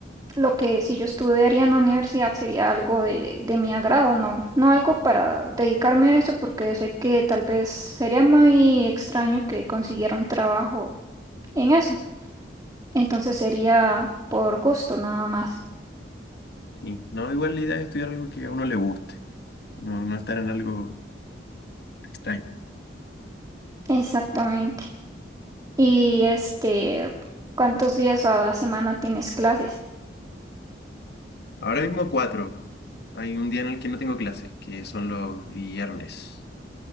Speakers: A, on the right; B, on the left.
A: Lo que si yo estudiaría en la universidad sería algo de, de mi agrado, no, no algo para dedicarme a eso, porque sé que tal vez sería muy extraño que consiguiera un trabajo en eso. Entonces sería por gusto nada más.
B: Sí. No, igual la idea es estudiar algo que a uno le guste, no, no estar en algo extraño.
A: Exactamente. Y este, ¿cuántos días a la semana tienes clases?
B: Ahora mismo cuatro. Hay un día en el que no tengo clases, que son los viernes.